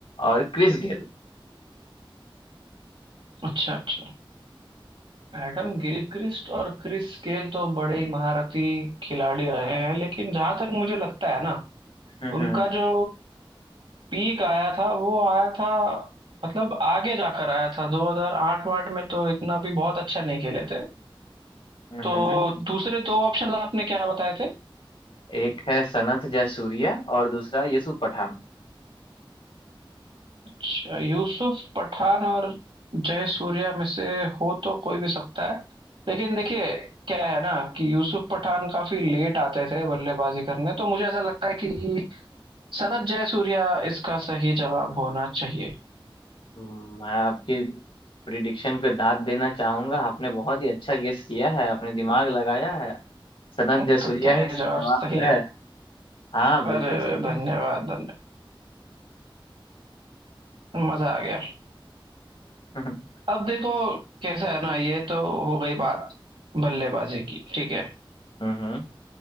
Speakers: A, on the left; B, on the right.
A: और क्रिस गेल
B: अच्छा अच्छा एडम गिलक्रिस्ट और क्रिस गेल तो बड़े ही महारथी खिलाड़ी रहे हैं लेकिन जहां तक मुझे लगता है ना
A: हम्म
B: उनका जो पीक आया था वो आया था मतलब आगे जाकर आया था 2008 वाट में तो इतना भी बहुत अच्छा नहीं खेले थे
A: हम्म
B: तो
A: हम्म।
B: दूसरे दो ऑप्शन आपने क्या बताए थे
A: एक है सनत जयसूर्या और दूसरा यूसुफ पठान
B: अच्छा, यूसुफ पठान और जय सूर्या में से हो तो कोई भी सकता है लेकिन देखिए क्या है ना कि यूसुफ पठान काफी लेट आते थे बल्लेबाजी करने तो मुझे ऐसा लगता है कि सनत जयसूर्या इसका सही जवाब होना चाहिए
A: हम्म, मैं आपकी प्रिडिक्शन को दाद देना चाहूंगा आपने बहुत ही अच्छा गेस किया है आपने दिमाग लगाया है सनत
B: हम्म,
A: जयसूर्या
B: तो क्या
A: ही
B: ये
A: इसका
B: जवाब
A: जवाब
B: सही है
A: है हाँ
B: पर
A: बिल्कुल सही
B: धन्यवाद
A: है <laughs>
B: धन्यवाद मजा आ गया
A: हम्म
B: अब देखो कैसा है ना ये तो हो गई बात बल्लेबाजी की ठीक है
A: हम्म